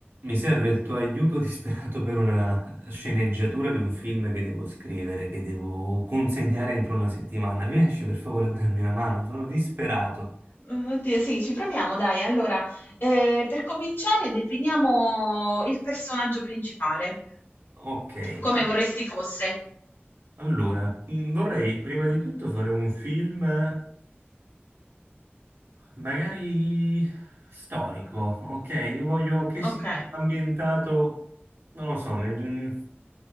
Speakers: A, on the right; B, on the left.
A: Mi serve il tuo aiuto <laughs> disperato per una sceneggiatura di un film che devo scrivere, che devo consegnare entro una settimana. Riesci per favore a darmi una mano? Sono disperato.
B: Mm, Oddio, sì, ci proviamo, dai. Allora, eh, per cominciare, definiamo il personaggio principale,
A: Ok,
B: come
A: a-
B: vorresti fosse.
A: allora, mh, vorrei prima di tutto fare un film eh, magari storico, ok? Voglio che
B: Ok,
A: sia ambientato, non lo so, nel-